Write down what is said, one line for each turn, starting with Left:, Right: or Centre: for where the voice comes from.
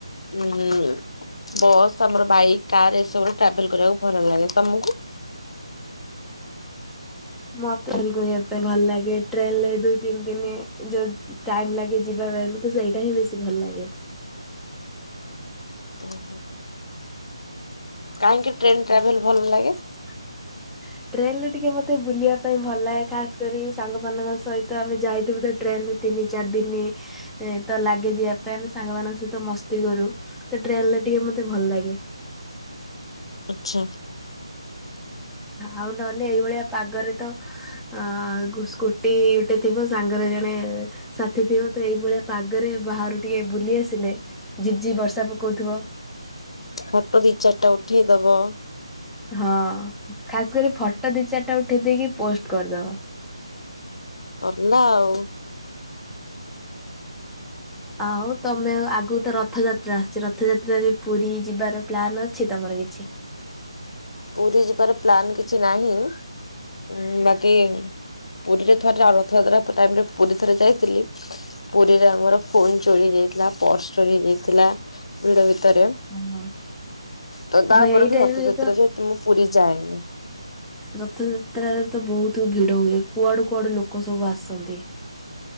Left: ହୁଁ ବସ୍ ଆମର ବାଇକ୍ କାର ଏସବୁ ଟ୍ରାଭେଲ କରିବାକୁ ଭଲ ଲାଗେ ତମକୁ।
Centre: ମୋତେ କରିବା ପାଇଁ ଭଲ ଲାଗେ ଟ୍ରେନ ଦୁଇ ତିନି ଦିନ ଯୋଉ। ଟାଇମ୍ ଲାଗେ ଯିବା ପାଇଁ ମତେ ସେଇଟା ହିଁ ବେଶୀ ଭଲ ଲାଗେ
Left: ଓହୋ କାହିଁକି ଟ୍ରେନ ଟ୍ରାଭେଲ୍ ଭଲ ଲାଗେ
Centre: <unintelligible> ଟ୍ରେନ ରେ ଟିକେ ମତେ ବୁଲିବା ପାଇଁ ଭଲ ଲାଗେ ଖାସ କରି ସାଙ୍ଗମାନାନଙ୍କ ସହିତ ଆମେ ଯାଇଥିବୁ ତ ଟ୍ରେନ ରେ ତିନି ଚାର ଦିନି। ଏ ତ ଲାଗେ ଯିବା ପାଇଁ ଆମେ ସାଙ୍ଗମାନାନଙ୍କ ସହିତ ମସ୍ତି କରୁ ତ ଟ୍ରେନରେ ଟିକେ ମତେ ଭଲ ଲାଗେ।
Left: ଆଛା
Centre: ଆଉ ନହେଲେ ଏଇଭଳିଆ ପାଗରେ ତ। ଆ ସ୍କୁଟି ଗୋଟେ ଥିବ ସାଙ୍ଗରେ ଜଣେ। ସାଥିୀ ଥିବ ତ ଏଇଭଳିଆ ପାଗରେ ବାହାରୁ ଟିକେ ବୁଲି ଆସିନେ ଝିଝି ବର୍ଷା ପକଉଥିବ।
Left: ଫଟୋ ଦି ଚାରିଟା ଉଠେଇ ଦବ।
Centre: ହଁ ଖାସ କରି ଫଟୋ ଦି ଚାରିଟା ଉଠେଇ ଦେଇକି ପୋଷ୍ଟ କରିଦବ।
Left: ହେଲା ଆଉ।
Centre: ଆଉ ତମେ ଆଗରୁ ତ ରଥଯାତ୍ରା ଆସୁଛି ରଥଯାତ୍ରାରେ ପୁରୀ ଯିବାର ପ୍ଲାନ୍ ଅଛି ତମର କିଛି।
Left: ପୁରୀ ଯିବାର ପ୍ଲାନ୍ କିଛି ନାହିଁ। ହୁଁ ବାକି ପୁରୀରେ ଥରେ ର ରଥଯାତ୍ରା ଟାଇମ୍ ରେ ପୁରୀ ଥରେ ଯାଇଥିଲି। ପୁରୀରେ ଆମର ଫୋନ୍ ଚୋରି ହେଇଯାଇଥିଲା ପର୍ସ ଚୋରି ହେଇଯାଇଥିଲା। ଭିଡ ଭିତରେ
Centre: ହଁ।
Left: ତ ତା
Centre: ହଁ
Left: ପରଠୁ
Centre: ଏଇ ଟାଇମ୍
Left: ରଥଯାତ୍ରା
Centre: ରେ
Left: ତ ମୁଁ ପୁରୀ ଯାଏନି।
Centre: ରଥଯାତ୍ରାରେ ତ ବହୁତ ଭିଡ ହୁଏ କୁଆଡୁ କୁଆଡୁ ଲୋକ ସବୁ ଆସନ୍ତି।